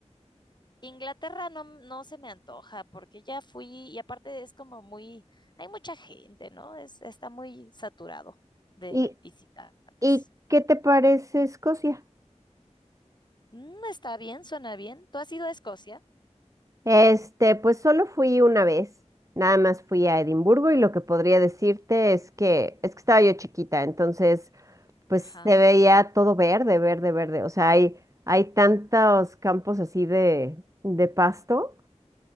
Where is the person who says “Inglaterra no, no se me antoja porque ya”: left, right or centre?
Left